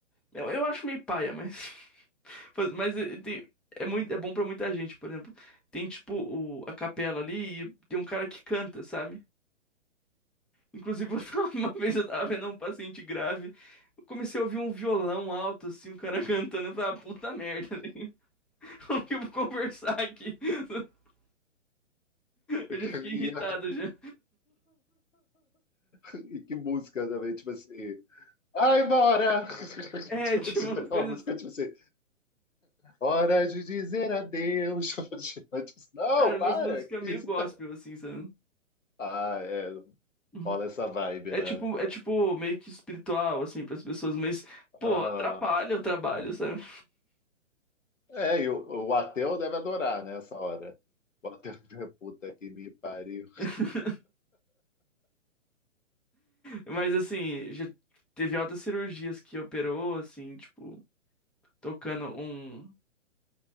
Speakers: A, in the centre; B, on the left.
A: Eu, eu acho meio paia, mas. <laughs> faz- Mas eh, tem- é muito, é bom pra muita gente, por exemplo. Tem, tipo, o- a capela ali e tem um cara que canta, sabe? Inclusive, <laughs> eu tava- uma vez eu tava vendo um paciente grave, eu comecei a ouvir um violão alto, assim, um cara <laughs> cantando, eu falei, ah, puta merda, velho. <laughs> Como que eu vou conversar aqui? <laughs> Eu
B: E que-
A: já fiquei
B: e-
A: irritado já.
B: E que música também, tipo assim. Vai embora! <laughs>
A: É,
B: Tipo,
A: tipo,
B: te
A: umas
B: dá
A: coisas
B: uma música,
A: assim,
B: tipo assim, hora de dizer adeus. <laughs> Tipo assim, Não,
A: cara, umas
B: para!
A: músicas
B: Que
A: meio
B: isso?
A: gospel, assim, sabe?
B: Ah, é,
A: Uhum.
B: rola essa vibe,
A: É
B: né?
A: tipo, é tipo meio que espiritual, assim, pras pessoas, mas, pô,
B: Aham.
A: atrapalha o trabalho, sabe?
B: É, e o, o ateu deve adorar, né, essa hora. O ateu, <laughs> puta que me pariu.
A: <laughs> Mas, assim, já teve altas cirurgias que operou, assim, tipo, tocando um...